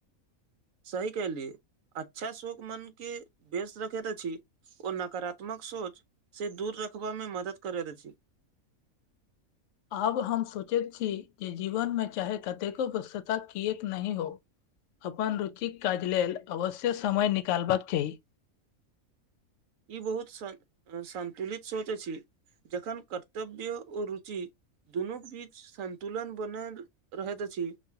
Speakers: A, on the right; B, on the left.
A: सही केहलियै अच्छा शोक मनके व्यस्त रखैत अछि ओ नकारात्मक सोच से दूर रखबा मे मदद करैत अछि
B: आब हम सोचैत छी जे जीवनमे चाहे कतेको वसता किएक नहि हो अपन रुचिक काज लेल अवश्य समय निकालबाक चाही
A: ई बहुत सं संन्तुलित सोच अछि जखन कर्तव्य ओ रुचि दुनूक बीच सन्तुलन बनल रहैत अछि